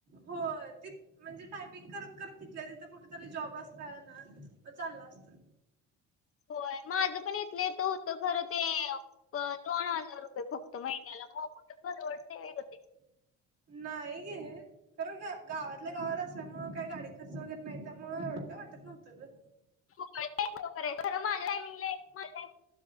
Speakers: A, on the right (about 50°); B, on the left (about 45°).
A: होय ती म्हणजे टायपिंग करत करत, तिथल्या तिथं कुठेतरी जॉब असता ना चालला असतं.
B: होय माझं पण इथल्या ईथं होतं खर ते. दोन हजार रुपये फक्त महिन्याला, मग कुठे परवडतय व्हय ग ते?
A: नाही गेली रे. खरं, ग गावातल्या गावात असल्यामुळं काही गाडी खर्च वगैरे नाही त्यामुळं एवढं काय वाटत नव्हतं.
B: <inaudible>